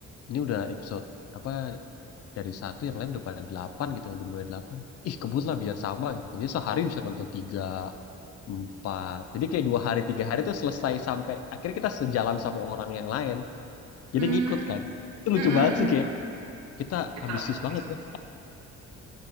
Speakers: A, on the left (about 55°); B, on the right (about 60°).
A: ini udah episode apa dari satu yang lain udah pada delapan gitu udah mulai delapan ih kebut lah biar sama gitu kan jadi sehari bisa nonton tiga empat jadi kayak dua hari tiga hari itu selesai sampai akhirnya kita sejalan sama orang yang lain jadi
B: Hmm,
A: ngikut kan itu lucu
B: mm, mm,
A: banget
B: mm.
A: sih kayak kita
B: Kita
A: ambisius
B: habis
A: banget
B: itu.
A: ya